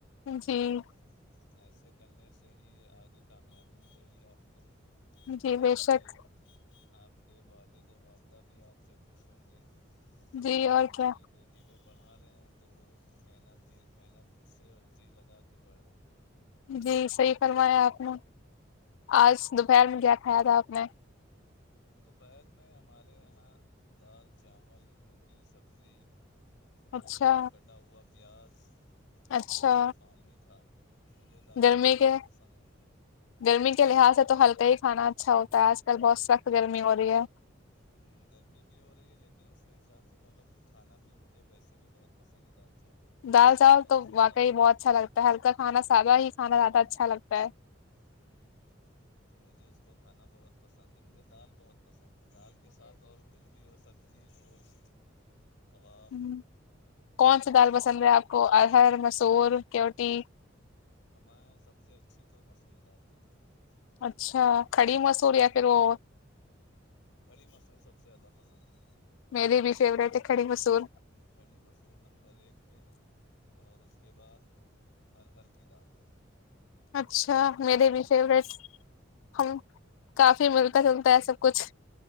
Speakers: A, on the left; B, on the left.
A: جی
B: اور ایسے کرنے سے ہی آگے کامیابی ملے گی آپ کو
A: جی
B: آپ
A: بے
B: کے
A: شک
B: آپ کے والد و والدہ بھی آپ سے خوش ہوں گے
A: جی
B: یہ
A: اور
B: ہم اپنی
A: کیا
B: بیٹ لکٹی کو پڑھا رہے ہیں تو وہ محنت محنت سے اوررزی لگا کے پڑھ رہی ہے
A: جی صحیح فرمایا آپ نے آج دوپہر میں کیا کھایا تھا آپ نے
B: دوپہر میں ہمارے یہاں دال چاول روٹی سبزی
A: اچھا
B: اور کٹا ہوا پیاز
A: اچھا
B: اور پانی تھا مجھے دال
A: گرمی
B: چاول بہت
A: کے
B: پسند ہے
A: گرمی کے لحاظ سے تو ہلکا ہی کھانا اچھا ہوتا ہے آج کل بہت سخت گرمی ہو رہی ہے
B: ہ گرمی بھی ہو رہی ہے لیکن اس کے حساب سے مطلب کھانا بھی مجھے ویسے بھی بہت پسند ہے دال چاول
A: دال چاول
B: اور
A: تو
B: اس کے
A: واقعی بہت اچھا لگتا ہے ہلکا کھانا سادہ ہی کھانا زیادہ اچھا لگتا ہے
B: ہوں تو مجھے اس کو کھانا بہت پسند ہے مجھے دال بہت پسند ہے دال کے ساتھ اور کچھ بھی ہو سبزی گوشت کباب
A: ہم، کون سی دال
B: یہ
A: پسند
B: سب کھانا
A: ہے آپ کو ارہر مسور کیوٹی
B: ہمیں سب سے اچھی تو مسور دال لگتی ہے
A: اچھا کھڑی مسور یا
B: ہوں
A: پھر وہ
B: کھڑی مسور سب سے زیادہ پسند ہے
A: میری بھی فیوریٹ ہے کڑی مسور
B: کھڑی مسہور نمبر ایک پہ ہے اور اس کے بعد ارہر کی دال ہے
A: اچھا میرے بھی فورٹ
B: ہوں ہوں
A: ہم کافی ملتا جلتا ہے سب کچھ